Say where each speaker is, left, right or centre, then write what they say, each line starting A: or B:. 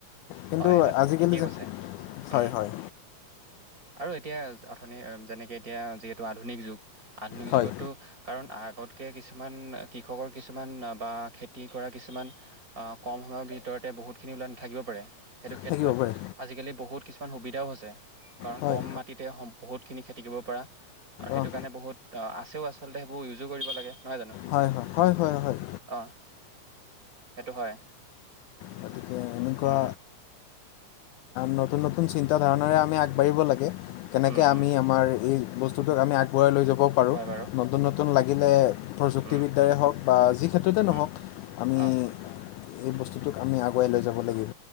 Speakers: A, on the left; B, on the right.
A: কিন্তু
B: হয়, সেইটো
A: আজিকালি
B: ঠিকেই
A: যে
B: কৈছে,
A: হয়
B: উম।
A: হয়
B: আৰু এতিয়া অথনি যেনেকে এতিয়া যিহেতু আধুনিক যুগ। আধুনিক
A: হয়
B: যুগতো কাৰণ আগতকে কিছুমান কৃষকৰ কিছুমান বা খেতি কৰা কিছুমান আ, কম সময়ৰ ভিতৰতে বহুতখিনি ওলাই নাথাকিব পাৰে। সেইটো ক্ষেত্ৰত
A: থাকিব পাৰে
B: আজিকালি বহুত কিছুমান সুবিধাও হৈছে, কাৰণ
A: হয়
B: কম মাট টিতে সম, বহুতখিনি খেতি কৰিব পাৰা, আৰু সেইটো
A: অঁ
B: কাৰণে বহুত অ', আছেও আচলতে সেইবোৰ ইউজো কৰিব লাগে, নহয় জানো?
A: হয়, হয়। হয়
B: <unintelligible>
A: হয় হয়
B: অ', সেইটো হয়।
A: <unintelligible> এনেকুৱা
B: উম
A: নতুন-নতুন চিন্তা ধাৰণাৰে আমি আগবাঢ়িব লাগে, কেনেকে
B: উম
A: আমি
B: উম
A: আমাৰ এই বস্তুটোক আমি আগবঢ়াই লৈ যাব পাৰোঁ,
B: হয় বাৰু
A: নতুন-নতুন লাগিলে প্ৰযুক্তিবিদ্যাৰে
B: উম
A: হওক, বা যি ক্ষেত্ৰতে
B: উম
A: নহওক, আমি
B: অ
A: এই বস্তুটোক আমি আগুৱাই লৈ যাব লাগিব।